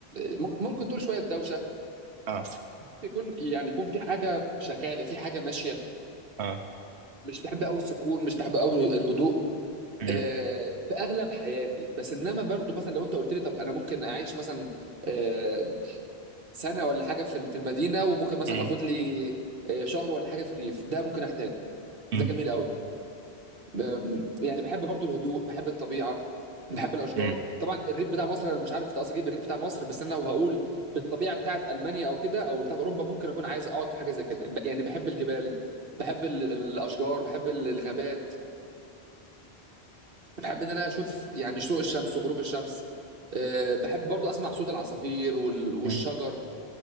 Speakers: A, on the right; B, on the right.
A: ال ممكن ممكن تقول شويه دوشه
B: اه
A: يكون يعني يكون في حاجه شغاله في حاجه ماشيه
B: اه
A: مش بحب قوي السكون مش بحب قوي الهدوء
B: مم.
A: آه، في اغلب حياتي بس انما برضو مثلا لو انت قلت لي طب انا ممكن اعيش مثلا آه، سنه ولا حاجه في ال- في المدينه وممكن مثلا
B: مم.
A: اخد لي آه، شهر ولا حاجه في الريف ده ممكن احتاجه ده
B: مم.
A: جميل قوي أم، يعني بحب برضو الهدوء بحب الطبيعه بحب الاشجار
B: مم.
A: طبعا الريف بتاع مصر انا مش عارف قصدي اجيب الريف بتاع مصر بس انا لو هقول بالطبيعه بتاعت المانيا او كده او بتاعت اوروبا ممكن اكون عايز اقعد في حاجه زي كده ب- يعني بحب الجبال بحب ال- الاشجار بحب ال- الغابات بحب ان انا اشوف يعني شروق الشمس وغروب الشمس أه بحب برضو اسمع صوت العصافير وال- والشجر
B: مم. مم.